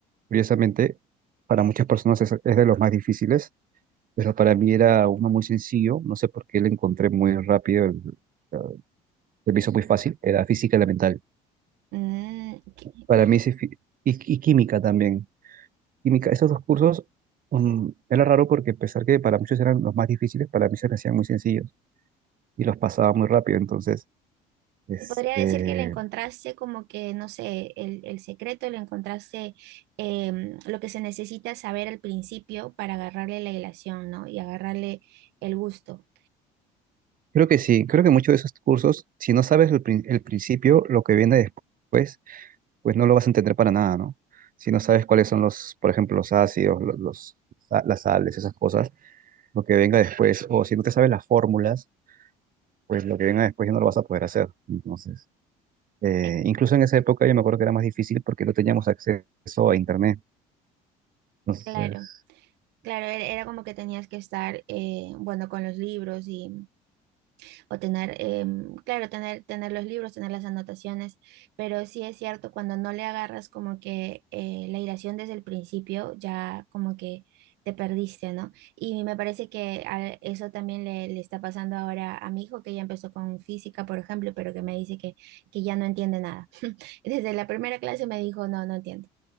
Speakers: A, on the right; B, on the right.
A: Curiosamente, para muchas personas es, es de los más difíciles, pero para mí era uno muy sencillo, no sé por qué lo encontré muy rápido, el- eh, se me hizo muy fácil, era física y la mental.
B: Mm, ¿qué-
A: Para mí ese fi- y, y química también. Química, esos dos cursos um, era raro porque a pesar que para muchos eran los más difíciles, para mí se me hacían muy sencillos y los pasaba muy rápido. Entonces, este,
B: Se podría decir que le encontraste como que, no sé, el, el secreto, le encontraste em, lo que se necesita saber al principio para agarrarle la ilación, ¿no? Y agarrarle el gusto.
A: creo que sí, creo que muchos de esos cursos, si no sabes el, prin- el principio, lo que viene después, pues no lo vas a entender para nada, ¿no? Si no sabes cuáles son los, por ejemplo, los ácidos, lo- los, las sales, esas cosas lo que venga después, o si no te sabes las fórmulas, pues lo que venga después ya no lo vas a poder hacer. Entonces, eh,
B: Eh,
A: incluso en esa época yo me acuerdo que era más difícil porque no teníamos acceso a internet. Entonces,
B: Claro. Claro, era era como que tenías que estar, eh, bueno, con los libros y, o tener, em, claro, tener, tener los libros, tener las anotaciones, pero sí es cierto, cuando no le agarras como que eh, la iracción desde el principio, ya como que te perdiste, ¿no? Y me parece que a eso también le, le está pasando ahora a mi hijo, que ya empezó con física, por ejemplo, pero que me dice que, que ya no entiende nada. <laughs> Desde la primera clase me dijo, no, no entiendo.